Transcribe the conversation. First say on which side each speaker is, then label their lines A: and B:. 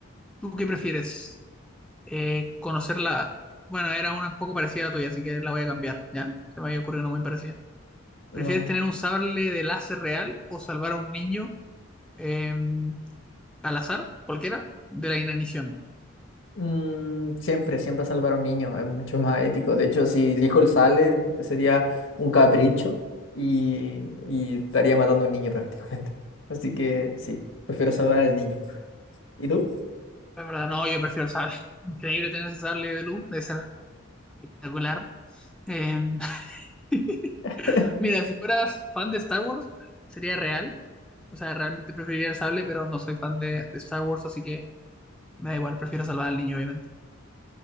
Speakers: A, in the centre; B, on the left.
A: ¿Tú qué prefieres? Eh, conocer la... Bueno, era una un poco parecida a la tuya, así que la voy a cambiar, ¿ya? Se me había ocurrido una muy parecida.
B: No.
A: ¿Prefieres tener un sable de láser real o salvar a un niño eh, al azar, cualquiera, de la inanición?
B: Mm, siempre, siempre salvar a un niño es mucho más ético. De hecho, si el hijo sale, sería un capricho y, y estaría matando a un niño prácticamente. <laughs> Así que sí, prefiero salvar al niño. ¿Y tú?
A: La verdad, no, yo prefiero el sable. Increíble tener ese sable de luz, debe ser espectacular. Eh, <laughs>
B: <laughs>
A: mira, si fueras fan de Star Wars, sería real. O sea, realmente preferiría el sable, pero no soy fan de, de Star Wars, así que me da igual, prefiero salvar al niño, obviamente.